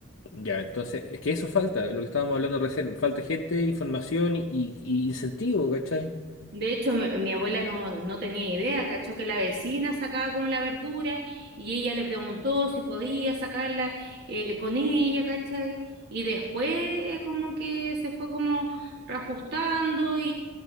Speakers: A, on the left (about 60°); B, on the right (about 50°).
A: Ya, entonces, es que eso falta, lo que estábamos hablando recién, falta gente, información y, y- y incentivo, ¿cachai?
B: De hecho, mi, mi abuela no, no tenía idea, cachó que la vecina sacaba como la verdura y ella le preguntó si podía sacarla eh, con ella, ¿cachai? Y después eh, como que se fue como reajustando y,